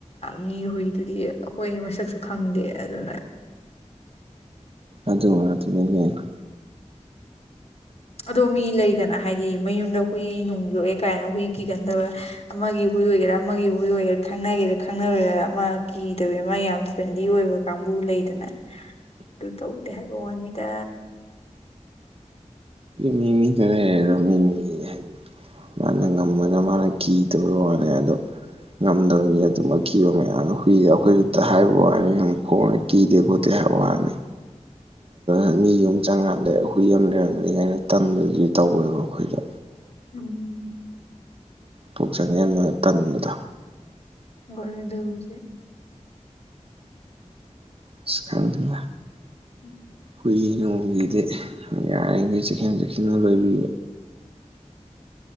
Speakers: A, on the left (about 55°); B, on the right (about 50°).
A: ꯃꯤ ꯍꯨꯏꯗꯨꯗꯤ ꯑꯈꯣꯏ ꯃꯁꯛꯁꯨ ꯈꯪꯗꯦ ꯑꯗꯨꯅ
B: ꯑꯗꯨꯒꯨꯝꯕ ꯉꯥꯛꯇꯅꯤ ꯏꯕꯦꯝꯃ
A: ꯑꯗꯣ ꯃꯤ ꯂꯩꯗꯅ ꯍꯥꯏꯗꯤ ꯃꯌꯨꯝꯗ ꯍꯨꯏ ꯅꯨꯡ ꯌꯣꯛꯑꯦ ꯀꯥꯏꯅ ꯍꯨꯏ ꯀꯤꯒꯟꯗꯕ ꯑꯃꯒꯤ ꯍꯨꯏ ꯑꯣꯏꯒꯦꯔꯥ ꯑꯃꯒꯤ ꯍꯨꯏ ꯑꯣꯏꯒꯦꯔꯥ ꯈꯪꯅꯒꯦꯔꯥ ꯈꯪꯅꯔꯣꯏꯔꯥ ꯑꯃ ꯀꯤꯗꯕꯦ ꯑꯃ ꯌꯥꯝ ꯐ꯭ꯔꯦꯟꯂꯤ ꯑꯣꯏꯕ ꯀꯥꯡꯕꯨ ꯂꯩꯗꯅ
B: <inaudible>
A: ꯑꯗꯨ ꯇꯧꯗꯦ ꯍꯥꯏꯕ ꯋꯥꯅꯤꯗ
B: ꯃꯤꯃꯤꯗꯦꯃꯤ ꯍꯥꯏ ꯃꯥꯅ ꯉꯃꯅ ꯃꯥꯅ ꯀꯤꯗꯒꯤ ꯋꯥꯅꯦ ꯑꯗꯣ ꯉꯝꯗꯕꯒꯤ ꯑꯗꯨꯝ ꯑꯀꯤꯕ ꯃꯌꯥꯝꯗ ꯍꯨꯏꯔ ꯑꯩꯈꯣꯏꯁꯨꯗ ꯍꯥꯏꯕ ꯋꯥꯅꯤ ꯑꯗꯨ ꯈꯣꯡꯉꯦ ꯀꯤꯗꯦ ꯈꯣꯠꯇꯦ ꯍꯥꯏꯕ ꯋꯥꯅꯤ ꯑ ꯃꯤ ꯌꯨꯝ ꯆꯪꯉꯥꯟꯗ ꯑꯩꯈꯏ ꯌꯥꯝ ꯂꯩꯔꯝꯒꯅꯤ ꯀꯥꯏꯅ ꯇꯟꯕꯗꯨꯗꯤ ꯇꯧꯋꯦꯕ ꯑꯩꯈꯣꯏꯗꯣ
A: ꯎꯝ
B: ꯊꯣꯛ ꯆꯪꯁꯤꯟꯕ ꯇꯟꯕꯗ
A: ꯃꯔꯗꯁꯦ
B: ꯑꯁ ꯈꫭꯗꯦꯗ
A: <inaudible>
B: ꯍꯨꯏ ꯅꯣꯡꯒꯤꯗꯤ ꯌꯥꯔꯤꯈꯩ ꯆꯦꯛꯁꯤꯟ ꯆꯦꯛꯁꯤꯟꯅ ꯂꯣꯏꯕꯤꯕ